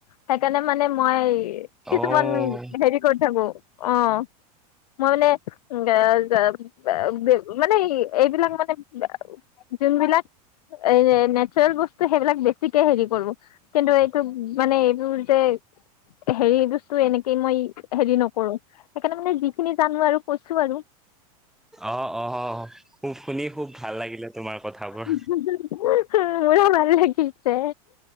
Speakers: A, on the left (about 85°); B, in the centre.
A: সেইকাৰণে মানে মই কিছুমান
B: অ',
A: হেৰি কৰি থাকো। অ' মই মানে জা-জা-জা মানে এইবিলাক মানে যোনবিলাক এ নেচাৰেল বস্তু সেইবিলাক বেছিকে হেৰি কৰো, কিন্তু এইটো মানে এইবোৰ যে হেৰি বস্তু এনেকেই মই উচ' হেৰি নকৰো সেইকাৰণে মানে যিখিনি জানো আৰু কৈছো আৰু।
B: অ', অ', অ, খুব শুনি খুব ভাল লাগিলে, তোমাৰ কথাবোৰ।
A: <unintelligible> মোৰ ভাল লাগিছে।